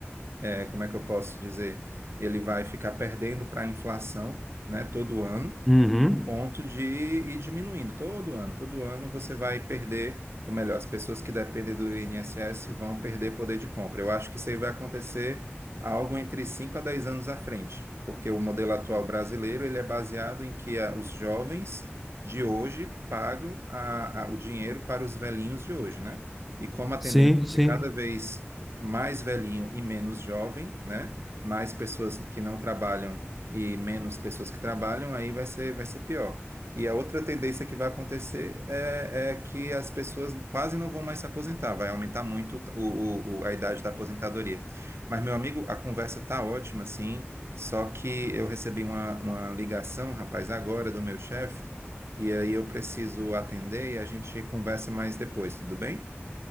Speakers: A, on the right; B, in the centre.
A: é, como é que eu posso dizer? Ele vai ficar perdendo para a inflação, né, todo ano
B: Uhum.
A: ponto de ir diminuindo todo ano. Todo ano você vai perder, ou melhor, as pessoas que dependem do INSS vão perder poder de compra. Eu acho que isso aí vai acontecer algo entre 5 a 10 anos à frente, porque o modelo atual brasileiro ele é baseado em que ah, os jovens de hoje pagam a- a- o dinheiro para os velhinhos de hoje, né? E como a tendência
B: Sim,
A: é
B: sim.
A: ter cada vez mais velhinho e menos jovem, né? Mais pessoas que não trabalham e menos pessoas que trabalham, aí vai ser, vai ser pior. E a outra tendência que vai acontecer é, é que as pessoas quase não vão mais se aposentar, vai aumentar muito o, o- o- a idade da aposentadoria. Mas, meu amigo, a conversa tá ótima, sim, só que eu recebi uma, uma ligação, rapaz, agora do meu chefe, e aí eu preciso atender e a gente conversa mais depois, tudo bem?